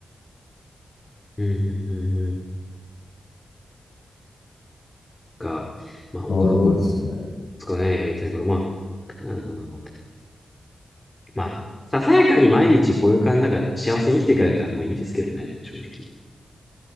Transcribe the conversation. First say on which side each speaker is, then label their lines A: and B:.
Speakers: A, on the left; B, on the left.
A: うん、うん、うん、うん。か、まあ、他のかで
B: これはどうですかね。
A: すかね、やりたいこと。まあ、うん、まあ、ささやかに毎日こういう感じだから幸せに生きていかれたらもういいですけどね、正直。